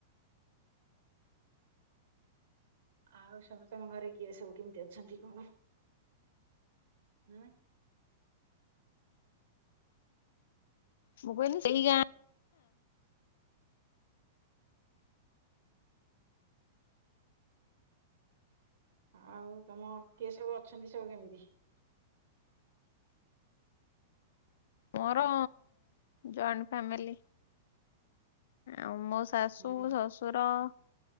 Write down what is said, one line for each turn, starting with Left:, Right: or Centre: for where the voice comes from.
Right: ଆଉ ସବୁ ତମ ଘରେ କିଏ ସବୁ କେମିତି ଅଛନ୍ତି କଣ? ହୁଁ।
Left: ମୁଁ କହିଲି <unintelligible>
Right: ଆଉ ତମ କିଏ ସବୁ ଅଛନ୍ତି ସବୁ କେମିତି?
Left: ମୋର ଜଏଣ୍ଟ ଫ୍ୟାମିଲୀ। ଆଉ ମୋ ଶାଶୁ,
Right: ହୁଁ
Left: ଶଶୁର